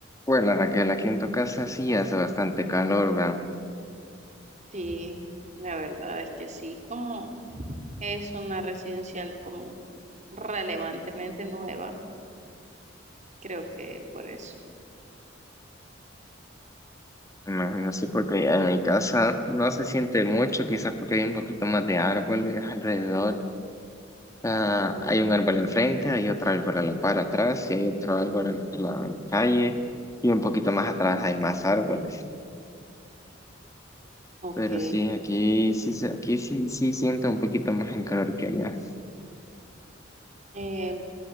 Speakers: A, on the left (about 15°); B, on the right (about 40°).
A: Bueno, Raquel, aquí en tu casa sí hace bastante calor, ¿verdad?
B: Sí, la verdad es que sí. Como es una residencial como relevantemente nueva, creo que por eso.
A: Imagino sí, porque en mi casa no se siente mucho, quizás porque hay un poquito más de árboles alrededor. Ah,
B: Mm,
A: hay un árbol enfrente, hay otro árbol a la par atrás y hay otro árbol al otro lado de la calle y un poquito más atrás hay más árboles.
B: Ok.
A: Pero sí, aquí sí, se- aquí sí, sí siento un poquito más el calor que allá.
B: Eh,